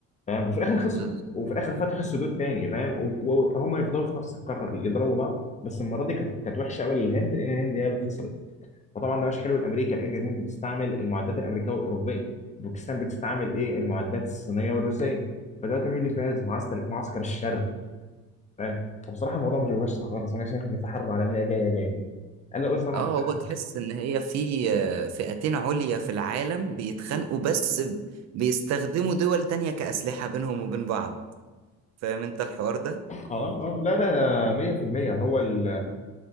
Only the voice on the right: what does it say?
بس-
اه
هو
تحس ان هي في آه، فئتين عليا في العالم بيتخانقوا بس ب- بيستخدموا دول تانية كأسلحة بينهم وبين بعض فاهم انت الحوار ده